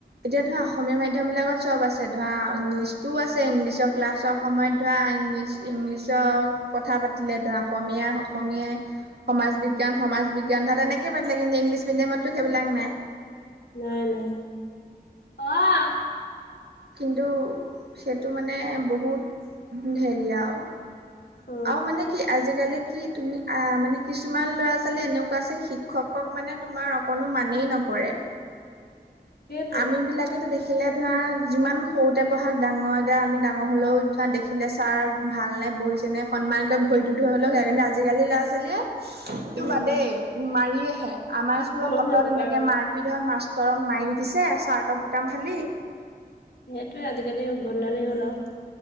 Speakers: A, on the right; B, on the left.
A: এতিয়া ধৰা অসমীয়া মাধ্যমবিলাকত চব আছে ধৰা ইংলিছটোও আছে ইংলিছৰ ক্লাছৰ সময়ত ধৰা ইংলিছ ইংলিছৰ কথা পাতিলে ধৰা অসমীয়াই অসমীয়াই। সমাজ বিজ্ঞান সমাজ বিজ্ঞান ধৰা তেনেকে পাতিলে। কিন্তু ইংলিছ মিডিয়ামতো সেইবিলাক
B: উম,
A: নাই।
B: নাই নাই অ'।
A: কিন্তু সেইটো মানে বহুত হেৰি আৰু।
B: অ
A: আৰু মানে কি আজিকালি কি তুমি মানে কিছুমান ল'ৰা ছোৱালী এনেকুৱা আছে শিক্ষকক মানে তোমাৰ অকণো মানেই নকৰে।
B: সেইটো
A: আমিবিলাকেতো দেখিলে ধৰা যিমান সৰুতে পঢ়াক ডাঙৰ যে আমি ডাঙৰ হলেও ধৰা দেখি দেখিলে ছাৰ ভালনে বহিছেনে সন্মানক ভৰিটোত ধৰি হ'লেও আজিকালি ল'ৰা ছোৱালীয়ে
B: উম
A: তো বাদেই মাৰি আহে আমাৰ
B: মাতিব
A: স্কুলত কত
B: নকৰে
A: এনেকে মাৰ মাষ্টৰক মাৰি দিছে চাৰ্টৰ বুটাম ফালি।
B: সেইটোৱে আজিকালি উদভণ্ডালী হ'ল আৰু।